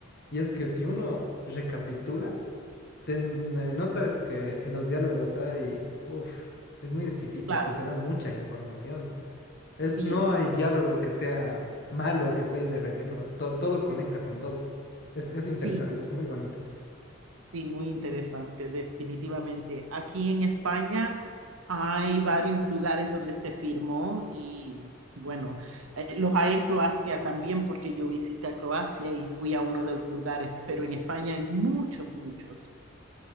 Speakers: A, on the left (about 50°); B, on the right (about 75°).
A: Y es que si uno recapitula, te n- notas que en los diálogos hay, uff, es muy exquisito,
B: claro,
A: es que te dan mucha información. Es,
B: sí,
A: no hay diálogo que sea malo, que esté ahí de relleno, to- todo conecta con todo. Es, es
B: sí.
A: interesante, es muy bonito.
B: Sí, muy interesante, definitivamente. Aquí en España hay varios lugares donde se firmó y bueno, eh, los hay en Croacia también porque yo visité a Croacia y fui a uno de los lugares, pero en España hay muchos, muchos.